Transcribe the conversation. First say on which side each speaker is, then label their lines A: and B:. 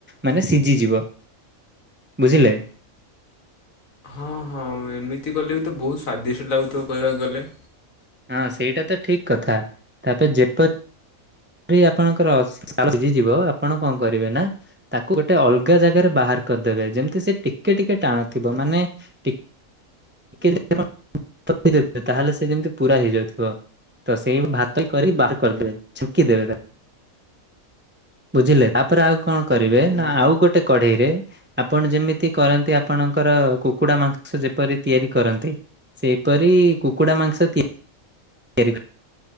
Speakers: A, on the right (about 20°); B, on the left (about 75°).
A: ମାନେ ସିଝିଯିବ ବୁଝିଲେ।
B: ହଁ ହଁ ଏମିତି କଲେ ବି ତ ବହୁତ ସ୍ଵାଦିଷ୍ଟ ଲାଗୁଥିବ କହିବାକୁ ଗଲେ
A: ହଁ ସେଇଟା ତ ଠିକ କଥା ତାପରେ ଯେପ ଆରି ଆପଣଙ୍କର ସିଜିଯିବ ଆପଣ କଣ କରିବେ ନା ତାକୁ ଗୋଟେ ଅଲଗା ଜାଗାରେ ବାହାର କରିଦେବେ ଯେମିତି ସେ ଟିକେ ଟିକେ ଟାଣଥିବ ମାନେ ପଠେଇଦବ ତାହେଲେ ସେ ଯେମିତି ପୁରା ହେଇଯାଉଥିବ। ତ ସେଇ ଭାତ କରି ବାହାର କରିଦେବେ ଛୁଂକି ଦେବେ ତାକୁ। ବୁଝିଲେ ତାପରେ ଆଉ କଣ କରିବେ
B: ହଁ
A: ନା ଆଉ ଗୋଟେ କଢେଇ ରେ ଆପଣ ଯେମିତି କରନ୍ତି ଆପଣଙ୍କର କୁକୁଡା ମାଂସ ଯେପରି ତିଆରି କରନ୍ତି। ସେହିପରି କୁକୁଡ଼ା ମାଂସ ତିଆରି